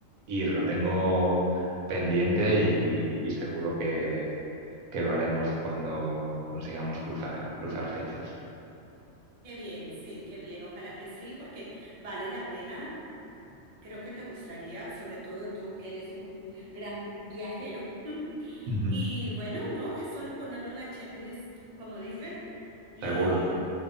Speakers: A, on the right; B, on the right.
A: ir, lo tengo pendiente y, y seguro que que lo haremos cuando consigamos cruzar, cruzar fechas.
B: Qué bien, sí, qué bien. Ojalá que sí, porque vale la pena. Creo que te gustaría, sobre todo tú que eres un gran viajero. <laughs>
A: Ujú.
B: Y bueno, no, es solo ponerlo en la checklist, como dicen, y
A: Seguro.